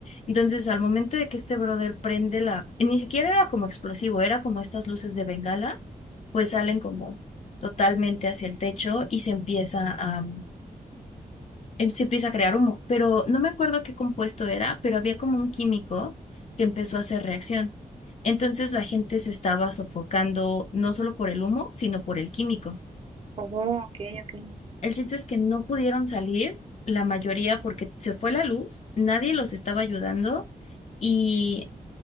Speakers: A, on the left; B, on the right.
A: Entonces, al momento de que este brother prende la, ni siquiera era como explosivo, era como estas luces de bengala, pues salen como totalmente hacia el techo y se empieza a, em- se empieza a crear humo. Pero no me acuerdo qué compuesto era, pero había como un químico que empezó a hacer reacción. Entonces la gente se estaba sofocando no solo por el humo, sino por el químico.
B: Oh, ok, ok.
A: El chiste es que no pudieron salir, la mayoría, porque se fue la luz, nadie los estaba ayudando y